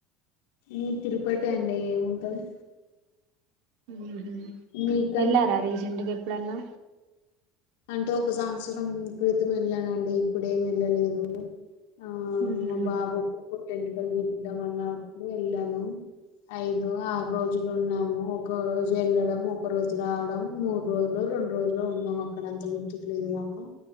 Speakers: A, on the left; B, on the right.
A: ఈ తిరుపతి అండి ఏముంటది
B: హ్మ్ హు
A: మీకండి
B: ఎలారా రీసేంట్గా ఎప్పుడన్నా
A: అంటే ఒక సంవత్సరం క్రితం వెళ్ళానండి ఇప్పుడేమి వెళ్ళలేదు ఆ
B: ఉహు
A: మా బాబుకు పుట్ట్ ఎంట్రీకలు తీపిదాం అన్నప్పుడు వెళ్ళాము ఐదు ఆరు రోజులు ఉన్నాము ఒక రోజు వెళ్ళడం ఒక రోజు రావడం మూడు రోజులు రెండు రోజులో ఉన్నాము అ అక్కడ అంత గుర్తుకు లేదు నాకు